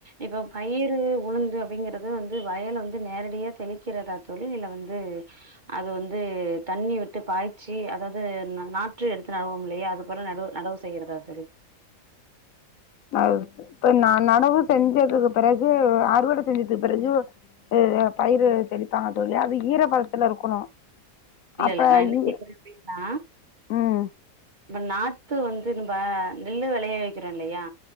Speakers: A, on the right; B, on the left.
A: இப்ப பயிரு உளுந்து அப்டிங்கறது வந்து வயல வந்து நேரடியா தெளிக்கிறதா தோழி இல்ல வந்து அது வந்து தண்ணி விட்டு பாய்ச்சி அதாவது நாற்று எடுத்து நடவோ இல்லையா அது போல நடவ் நடவ சொ செய்றதா தோழி
B: அ இப்ப நா நடவு செஞ்சதுக்கு பிறகு ஆறுவடை செஞ்சதுக்கு பிறகு ஹ் ஹ் பயிறு தெளிப்பா ங்க தோழி அது ஈர பதத்துல இருக்கணு
A: இல்ல
B: அப்ப
A: இல்ல நா என்ன
B: ஈர
A: கேக்கறேனு புரியுதா
B: ம்
A: நம்ம நாத்து வந்து நம்ப நெல்லு வெளைய வைக்கிறோ இல்லையா